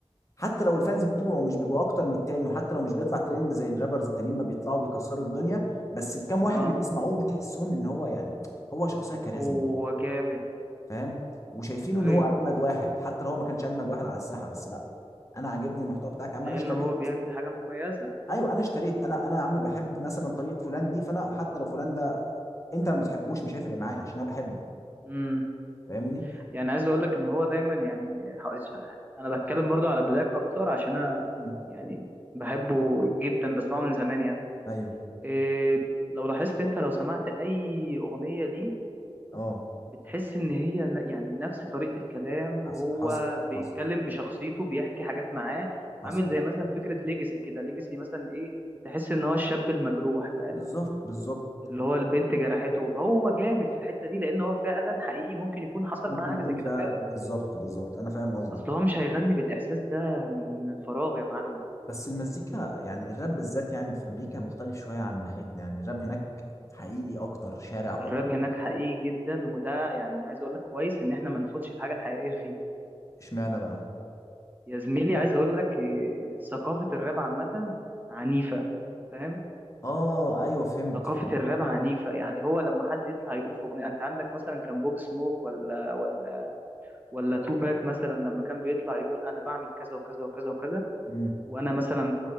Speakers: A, on the left; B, on the right.
A: حتى لو الفانز بتوعه مش بيبقوا اكتر من التاني وحتى لو مش بيطلع ترند زي الرابرز التانيين ما بيطلعوا بيكسروا الدنيا بس الكام واحد
B: اه
A: اللي بيسمعوه بتحسهم ان هو يعني هو شخصيه كاريزما
B: هو جامد
A: فاهم وشايفينه
B: ايوه
A: ان هو اجمد واحد حتى لو هو ما كانش اجمد واحد على الساحه بس لا انا عاجبني المحتوى بتاعك يا عم
B: لان
A: انا اشتريت
B: هو بيعمل حاجه مميزه
A: ايوه انا اشتريت انا انا يا عم بحب مثلا طريقه فلان دي فانا حتى لو فلان ده انت ما بتحبوش مش هيفرق معايا عشان انا بحبه
B: امم
A: فاهمني
B: يعني عايز اقول لك ان هو دايما يعني ه- انا بتكلم برضو على بلاك اكتر عشان انا
A: مم.
B: يعني بحبه جدا بسمعه من زمان يعني
A: ايوه
B: إيه لو لاحظت انت لو سمعت اي اغنيه ليه
A: اه
B: بتحس ان هي ن- يعني نفس طريقة الكلام
A: حصل
B: هو
A: حصل
B: بيتكلم
A: حصل
B: بشخصيته بيحكي حاجات معاه
A: حصل
B: عامل زي مثلا فكرة ليجاسي كده ليجاسي مثلا ايه تحس ان هو الشاب المجروح فاهم
A: بالظبط بالظبط
B: اللي هو البنت جرحته هو جامد في الحتة دي لان هو فعلا حقيقي ممكن يكون حصل
A: ممكن
B: معاه حاجة
A: يكون
B: زي كده
A: فعلا
B: فعلا
A: بالظبط بالظبط انا فاهم قصدك
B: اصل هو مش هيغني بالاحساس ده من من فراغ يا معلم
A: بس المزيكا يعني الراب بالذات يعني في امريكا مختلف شويه عن ناحيتنا يعني الراب هناك حقيقي اكتر شارع
B: الراب
A: اكتر
B: هناك حقيقي جدا وده يعني عايز اقول لك كويس ان احنا ما ناخدش الحاجة الحقيقية فيه
A: اشمعنى بقى
B: يا زميلي عايز اقول لك إيه، ثقافة الراب عامة عنيفة فاهم
A: اه ايوه فهمت
B: ثقافة
A: فهمت
B: الراب عنيفة يعني هو لما حد يطلع يقول في أغنية أنت عندك مثلا كان بوب سموك ولا ولا ولا توباك مثلا لما كان بيطلع يقول أنا بعمل كذا وكذا وكذا وكذا
A: مم.
B: وأنا مثلا